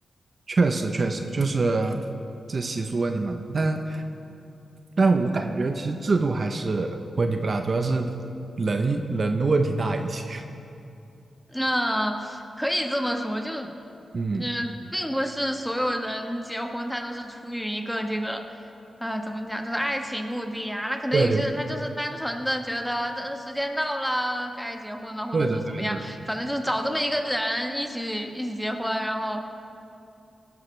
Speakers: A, on the right; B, in the centre.
A: 确实确实就是这习俗问题嘛，但但我感觉其实制度还是问题不大，主要是人人的问题大一些。
B: 那、可以这么说，就
A: 嗯，
B: 嗯、呃并不是所有人结婚他都是出于一个这个啊，怎么讲，就是爱情目的呀。那可能有些人他就是单纯的觉得这时间到了，
A: 对的，
B: 该结婚了，或者是怎么样，
A: 对的，对的，
B: 反正就是找这么一个人一起一起结婚，然后。